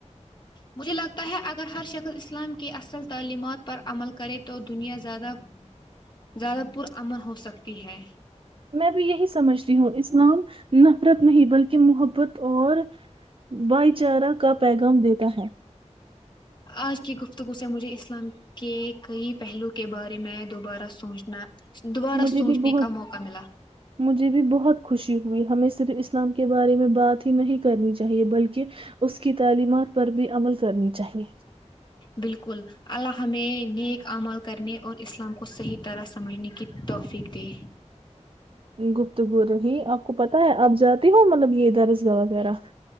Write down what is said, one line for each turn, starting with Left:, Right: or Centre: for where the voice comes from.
Left: مجھے لگتا ہے اگر ہر شکل اسلام کی اصل <unintelligible> تعلیمات پر عمل کرے <unintelligible> تو دنیا زیادہ زیادہ پرمن ہو سکتی ہے
Right: میں بھی یہی سمجھتی ہوں اسلام نفرت نہیں بلکہ محبت اور بھائی چارہ کا پیغام دیتا ہے
Left: آج کی گفتگو سے مجھے اسلام کے کئی پہلو کے بارے میں دوبارہ سوچنا دوبارہ
Right: مجھے
Left: سوچنے
Right: بھی بہت
Left: کا موقع ملا
Right: مجھے بھی بہت خوشی ہوئی ہمیں صرف اسلام کے بارے میں بات ہی نہیں کرنی چاہیے بلکہ اس کی تعلیمات پر بھی عمل کرنی چاہیے
Left: بالکل اللہ ہمیں نیک عمل کرنے اور اسلام کو صحیح طرح سمجھنے کی توفیق دے
Right: گپتگو ہی آپ کو پتہ ہے آپ جاتی ہو مطلب یہ ا دھر اس گاہ وغیرہ